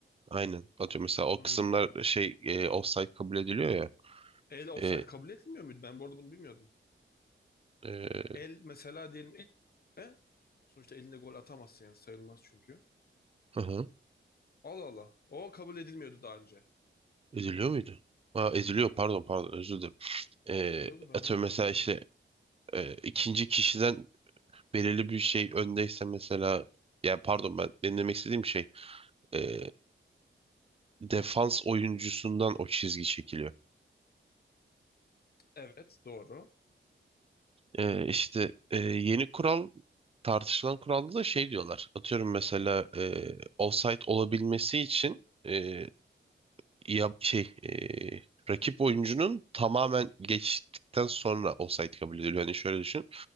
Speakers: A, on the right (about 30°); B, on the left (about 50°).
A: Aynen. Atıyorum mesela o
B: Hı hı.
A: kısımlar şey e, offside kabul ediliyor ya.
B: El offside
A: E,
B: kabul edilmiyor muydu? Ben bu arada bunu bilmiyordum.
A: e,
B: El mesela diyelim el, e? Sonuçta elinde gol atamazsın yani sayılmaz çünkü.
A: hı hı.
B: Allah Allah. O kabul edilmiyordu daha önce.
A: Ediliyor muydu? Ha, ediliyor pardon pardon özür dilerim. E,
B: Ediliyordu ben
A: atıyorum
B: de öyle hatırladım.
A: mesela işte e, ikinci kişiden belirli bir şey öndeyse mesela yani pardon ben benim demek istediğim şey e, defans oyuncusundan o çizgi çekiliyor.
B: Evet doğru.
A: E, işte e, yeni kural tartışılan kuralda da şey diyorlar. Atıyorum mesela e, offside olabilmesi için e, ya şey eee, rakip oyuncunun tamamen geçtikten sonra offside kabul ediliyor. Hani şöyle düşün.